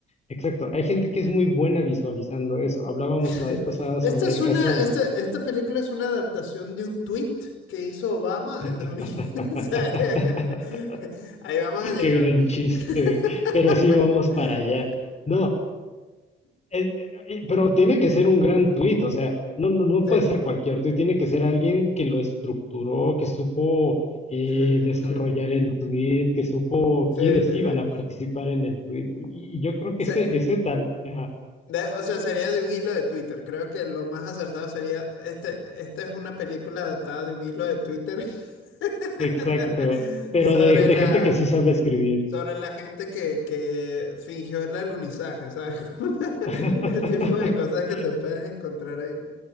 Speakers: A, on the left (about 35°); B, on the left (about 80°).
A: exacto. Hay gente que es muy buena visualizando eso. Hablábamos
B: <laughs>
A: la vez pasada sobre
B: Esta es
A: el
B: una,
A: caso.
B: esta, esta película es una adaptación de un tweet que hizo Obama en 2000.
A: <laughs>
B: <laughs> O sea, <laughs> Ahí vamos a llegar.
A: Qué gran chiste,
B: <laughs>
A: pero sí vamos para allá. No, Eh, eh, eh, Pero tiene que ser un gran tuit, o sea, no, no, no
B: Sí.
A: puede
B: Sí.
A: ser cualquier tuit, tiene que ser alguien que lo estructuró, que supo
B: <laughs>
A: eh, desarrollar el tuit, que supo
B: Sí,
A: quiénes
B: sí,
A: iban
B: sí.
A: a participar
B: O
A: en el tuit. Y, y yo creo que
B: sea,
A: ese, ese tal, ajá,
B: De- o sea, sería de un hilo de Twitter. Creo que lo más acertado sería, este, esta es una película adaptada de un hilo de Twitter <laughs>
A: exacto, pero
B: sobre
A: de, de
B: la,
A: gente que sí sabe escribir.
B: sobre la gente que, que fingió el alunizaje, ¿sabes? <laughs>
A: <laughs>
B: El tipo de cosas que te puedes encontrar en,